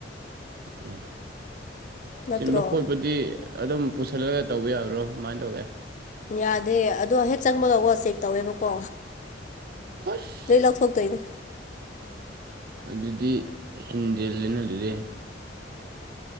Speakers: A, on the right; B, on the left.
A: ꯑꯣ
B: ꯅꯠꯇ꯭ꯔꯣ
A: ꯁꯤꯟꯕ ꯈꯣꯠꯄꯗꯤ ꯑꯗꯨꯝ ꯄꯨꯁꯜꯂꯒ ꯇꯧꯕ ꯌꯥꯕ꯭ꯔꯣ ꯀꯃꯥꯏꯅ ꯇꯧꯒꯦ
B: ꯌꯥꯗꯦ ꯑꯗꯣ ꯍꯦꯛ ꯆꯪꯕ ꯂꯀ ꯆꯦꯛ ꯇꯧꯋꯦꯕꯀꯣ
A: ꯈꯨꯁ
B: ꯂꯧꯊꯣꯛꯇꯣꯏꯅꯦ
A: ꯑꯗꯨꯗꯤ ꯍꯦꯟꯖꯦꯜꯜꯂꯤꯅ ꯑꯗꯨꯗꯤ